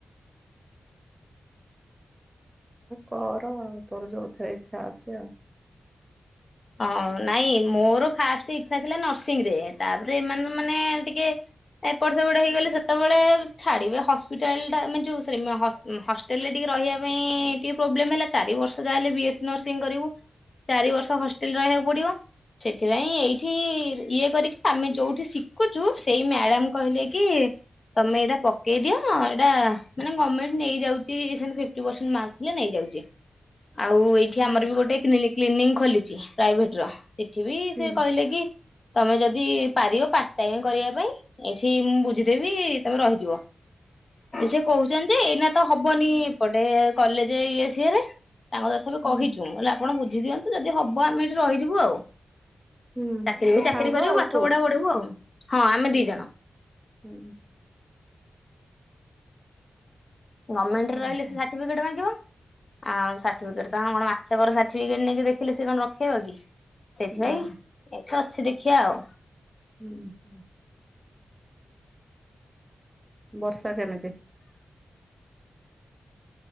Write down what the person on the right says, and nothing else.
କର ତୋର ଯୋଉଥିରେ ଇଚ୍ଛା ଅଛି ଆଉ।
<inaudible>
ହୁଁ
ହୁଁ
ହୁଁ।
ହୁଁ
ତୋ
ସାଙ୍ଗ
ଆଉ
ତୁ
ହୁଁ
ହୁଁ।
ହଁ
ହଁ
ନା
ହୁଁ ହୁଁ। ବର୍ଷା କେମିତି?